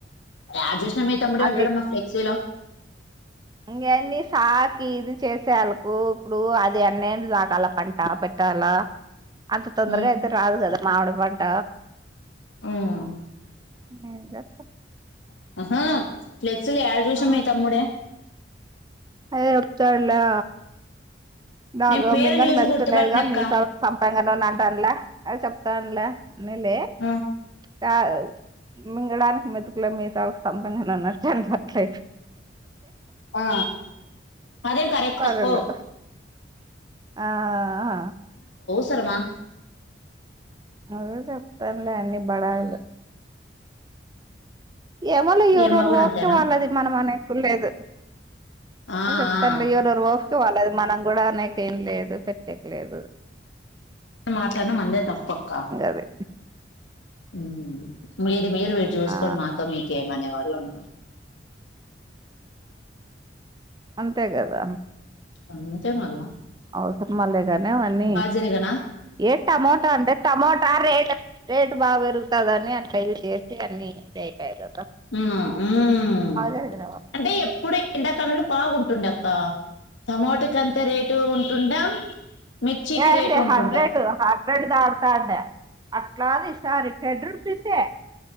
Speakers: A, on the left; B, on the right.
A: యాడ చూసినా మీ తమ్ముడే
B: అవి
A: ఉంటాడమ్మా ఫ్లెక్సీలో
B: ఇంకేంది సాకి ఇది చేసే ఆళ్లకు ఇప్పుడు అది ఎన్నేళ్లు సకల పంట పెట్టాల అంత తొందరగా
A: ఉమ్
B: అయితే రాదు కదా మామిడిపంట
A: ఉమ్
B: ఏం గాద్
A: ఆహా ట్లేద్ సల్ యాడ చూసిన
B: ఆ
A: మీ తమ్ముడే
B: అదే ఒతాడలా నా
A: నేను
B: గ
A: పేరును
B: మింగని
A: చూసి
B: మెతుకునేదుగా
A: గుర్తుపట్టినక్క
B: మీ సాలకు సంపగా నూనె తంల అది చెప్తానుల నెలే
A: ఆ
B: కాదు మింగడానికి మెతుకులే మీ సాలకు సంపంగ నూనె అన్నట్లే
A: ఆ అదేం కరెక్ట్
B: పనులు
A: అక్కో
B: ఆ హా
A: సరమా
B: అదే చెప్తానులే అన్ని బడాయిలు ఎవళు
A: ఈ
B: ఎవరురు
A: అమ్మ కూడా
B: ఒపికా
A: అంతేనా
B: వాళ్ళది మనం అనేకు లేదు
A: ఆ
B: హ చెప్తాండి
A: ఆ
B: ఎవరెవరు వొ చు వాలది మనం కూడా అనేక ఏం లేదు కొట్టకిలేదు
A: మనం మాట్లాడిన మందే తప్పక్క
B: అది
A: ఊమ్ మీర్ ఇది మీరు మీరు చూసుకోం
B: ఆ
A: మాతో మీకేమనేవాళ్లు అలా నాన్
B: అంతే గదా
A: అంతేమల్ల
B: అవసరమ అలే గానే అవన్నీ
A: జరిగనా
B: ఏ టమోటా అంటే టమోటా రేట్ రేట్ బా పెరుగుతాదని అట్లది చేసి అన్ని ఇదియిపోయిరు
A: ఉమ్ ఊమ్
B: జరిగినవా
A: అంటే ఎప్పుడు ఎండాకాలంలో పాగుంటుండే ఆ టమోటాకి అంత రేటు ఉంటుండా మిర్చికి
B: ఏంది
A: రేటు ఉంటుండ
B: హండ్రెడ్ హండ్రెడ్ దాడుతాండే అట్లాదిసారి తెడర్ రూపీసే